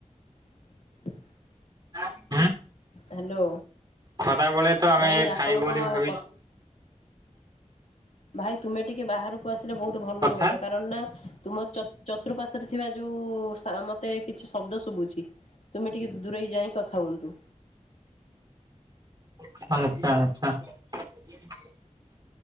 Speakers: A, on the left; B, on the right.
A: <inaudible>
B: ହଁ
A: ହ୍ୟାଲୋ
B: ଖରା ବେଳେ ତ ଆମେ
A: ଭାଇ ଆପଣଙ୍କ
B: ଖାଇବୁ ବୋଲି ଭାବିଛୁ
A: କ ଭାଇ ତୁମେ ଟିକେ ବାହାରକୁ ଆସିଲେ ବହୁତ ଭଲ
B: କଥା
A: ହୁଅନ୍ତା, କାରଣ ନା ତୁମ ଚ-ଚତୃର୍ପାଶ୍ୱରେ ଥିବା ଯୋଉ ସାଂ ମତେ କିଛି ଶବ୍ଦ ଶୁଭୁଛି ତୁମେ ଟିକେ ଦୂରେଇ ଯାଇ କଥା ହୁଅନ୍ତୁ।
B: <unintelligible>